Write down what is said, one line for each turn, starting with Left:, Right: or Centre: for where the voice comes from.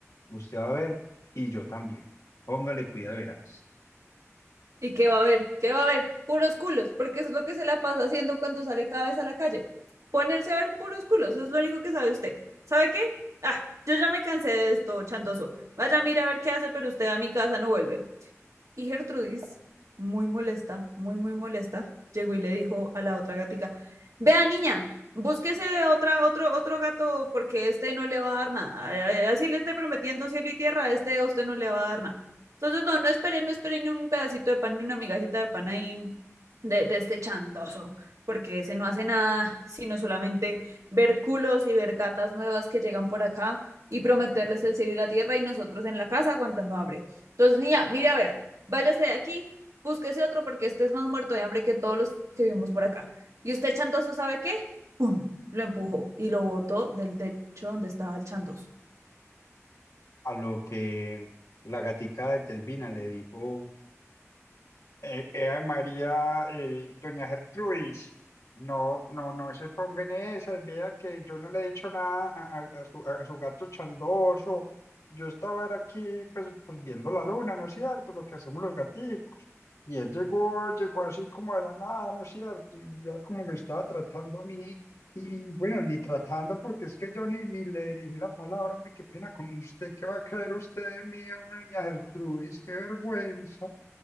Left: Usted va a ver y yo también. Póngale cuidado, verás.
Right: ¿Y qué va a haber? ¿Qué va a haber? Puros culos, porque eso es lo que se la pasa haciendo cuando sale cada vez a la calle. Ponerse a ver puros culos, eso es lo único que sabe usted. ¿Sabe qué? Ah, yo ya me cansé de esto, Chandoso. Vaya, mira a ver qué hace, pero usted a mi casa no vuelve. Y Gertrudis, muy molesta, muy, muy molesta, llegó y le dijo a la otra gatica, vea niña, búsquese otra, otro, otro gato porque este no le va a dar nada. Así le esté prometiendo cielo y tierra, a este a usted no le va a dar nada. Entonces, no, no espere, no espere ni un pedacito de pan, ni una migajita de pan ahí de, de este chandoso, porque ese no hace nada, sino solamente ver culos y ver gatas nuevas que llegan por acá y prometerles el cielo y la tierra y nosotros en la casa aguantando hambre. Entonces, niña, mire a ver, váyase de aquí, búsquese otro porque este es más muerto de hambre que todos los que vivimos por acá. Y usted chandoso ¿sabe qué? ¡Pum! Lo empujó y lo botó del techo donde estaba el chandoso.
Left: A lo que la gatica de Telvina le dijo. Eh, eh, María, eh, doña Gertrudis, no, no, no se ponga en esas, vea que yo no le he dicho nada a, a- a su, a- a su gato chandoso. Yo estaba era aquí, pues, pues, viendo la luna, ¿no es cierto? Lo que hacemos los gaticos. Y él llegó, llegó así como de la nada, ¿no es cierto? Y vea cómo me estaba tratando a mí. Y, y, bueno, ni tratando, porque es que yo ni, ni le dirigí la palabra, hombre, qué pena con usted, ¿qué va a creer usted de mí, hombre, doña Gertrudis? Qué vergüenza.